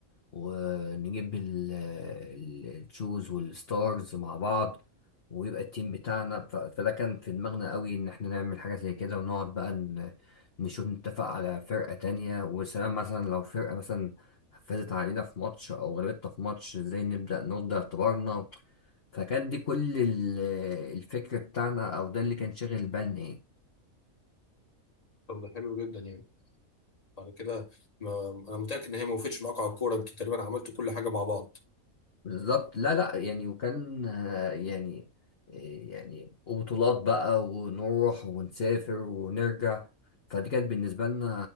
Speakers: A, on the left; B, on the left.
A: ونجيب ال- ال- التشوز والستارز مع بعض ويبقى التيم بتاعنا ف- فده كان في دماغنا قوي ان احنا نعمل حاجة زي كده ونقعد بقى ن- نشوف نتفق على فرقة تانية وسلام مثلا لو فرقة مثلا فازت علينا في ماتش او غلبتنا في ماتش ازاي نبدأ نرد اعتبارنا فكانت دي كل ال- الفكر بتاعنا او ده اللي كان شاغل بالنا يعني
B: طب ده حلو جدا يعني بعد كده ما انا متاكد ان هي ما وقفتش معاك على الكوره انتوا تقريبا عملتوا كل حاجه مع بعض
A: بالظبط لا لا يعني وكان آه، يعني آه، يعني وبطولات بقى ونروح ونسافر ونرجع فدي كانت بالنسبة لنا